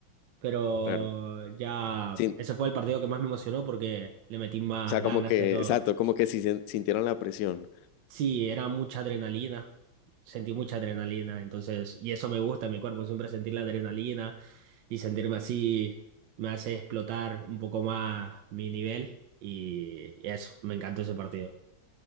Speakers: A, on the right; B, on the left.
A: Pero
B: claro.
A: ya
B: Sin-
A: ese fue el partido que más me emocionó porque le metí más
B: o sea,
A: ganas
B: como que,
A: que todo.
B: exacto, como que si sin- sintieron la presión.
A: Sí, era mucha adrenalina, sentí mucha adrenalina, entonces, y eso me gusta, mi cuerpo siempre sentir la adrenalina y sentirme así me hace explotar un poco más mi nivel y y eso, me encantó ese partido,